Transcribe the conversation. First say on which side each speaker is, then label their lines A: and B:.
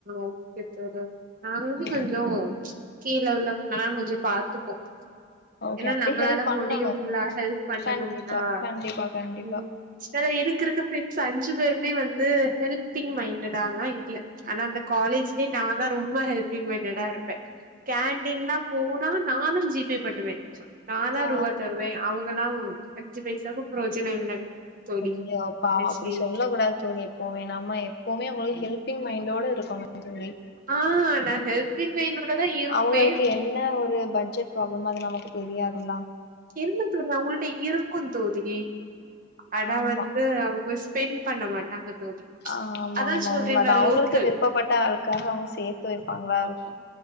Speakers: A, on the right; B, on the left.
A: ஓகே தோழி நாங்களுமே கொஞ்சோ
B: ம்
A: கீழ உள்ளவங்கல்லா கொஞ்சோ பாத்துப்போ
B: ஓகே
A: ஏனா
B: அப்டியே
A: நம்பளால
B: ஹெல்ப் பண்ணணு
A: முடியும்ல்ல ஹெல்ப் பண்ணனும்னா
B: கண்டிப்பா கண்டிப்பா கண்டிப்பா
A: உ செல எதுக்கு இருக்கு ஃப்ரெண்ட்ஸ் அஞ்சு பேருமே வந்து ஹெல்பிங் மைண்டட் ஆலா இல்ல ஆனா அந்த காலேஜ்லயே நா தா ரொம்ப ஹெல்பிங் மைன்டடா இருப்ப கேன்டீன்லா போனா நானு ஜிபே பண்ணுவே நாந்தா
B: ஆ
A: ரூவா தருவே அவுங் இவல்லா அஞ்சு பைசாக்கு புரோஜனோ இல்ல தோழி
B: ஐயோ பாவோ
A: நெக்ஸ்ட்
B: அப்டி சொல்ல கூடாத் தோழி போமே நாம எப்பவுமே ஒரு ஹெல்பிங் மைண்டோட இருக்கனு தோழி
A: ஆ நா ஹெல்பிங் மைன்டோட தா இருப்பே
B: அவங்களுக்கு என்ன ஒரு பட்ஜெட் ப்ராப்ளம் அது நமக்கு தெரியாதுல்ல
A: என்ன தோழி அவங்கள்ட இருக்கு தோழி ஆனா
B: ஆமா
A: வந்து அவுங்க ஸ்பெண் பண்ண மாட்டாங்க தோழி
B: ஆமா
A: அதா
B: ஆமா
A: சொல்றேன்ல
B: உண்ம தா அவுங்களுக்கு
A: லோக்கல்
B: விருப்பப்பட்டா ஆளுக்காக அவுங்க சேத்து வெப்பாங்ளா இருக்கு